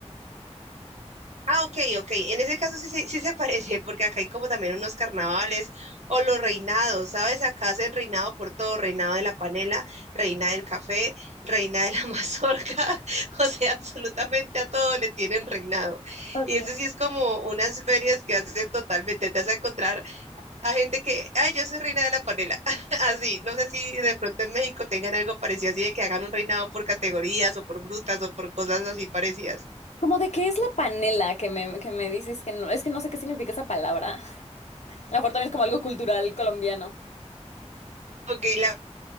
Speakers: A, on the right; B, on the left.
A: Ah, ok, ok. En ese caso sí, se- sí se <laughs> parece, porque acá hay como también unos carnavales o los reinados, ¿sabes? Acá hacen reinado por todo, reinado de la panela, reina del café, reina de la <laughs> mazorca, o sea, absolutamente a todo le tienen reinado.
B: Okay.
A: Y eso sí es como unas ferias que hacen totalmente, te vas a encontrar a gente que, ay, yo soy reina de la panela, <laughs> así. No sé si de pronto en México tengan algo parecido así de que hagan un reinado por categorías o por frutas o por cosas así parecidas.
B: ¿Cómo de qué es la panela que me, que me dices que no, es que no sé qué significa esa palabra? A lo mejor también es como algo cultural colombiano.
A: Ok, la